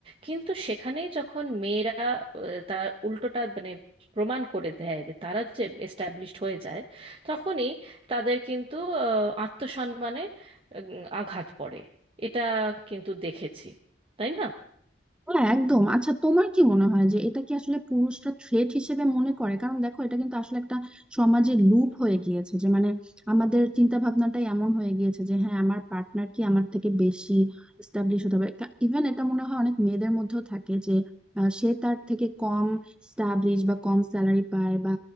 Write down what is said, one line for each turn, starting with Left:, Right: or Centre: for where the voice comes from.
Right: কিন্তু সেখানেই যখন মেয়েরা আহ, তার উল্টোটা মানে প্রমাণ করে দেয় যে তারা যে এস্টাবলিশড হয়ে যায় তখনই তাদের কিন্তু আহ, আত্মসম্মানে উম, আঘাত পড়ে এটা কিন্তু দেখেছি তাই না
Centre: হ্যাঁ একদম আচ্ছা তোমার কি মনে হয় যে এটা কি আসলে পুরুষরা থ্রেট হিসেবে মনে করে কারণ দেখো এটা কিন্তু আসলে একটা সমাজের লুপ হয়ে গিয়েছে যে মানে আমাদের চিন্তা ভাবনাটাই এমন হয়ে গিয়েছে যে হ্যাঁ আমার পার্টনার কি আমার থেকে বেশি এস্টাবলিশ হতে হবে ইভেন এটা মনে হয় অনেক মেয়েদের মধ্যেও থাকে যে আহ, সে তার থেকে কম স্টাবলিশ বা কম স্যালারি পায় বা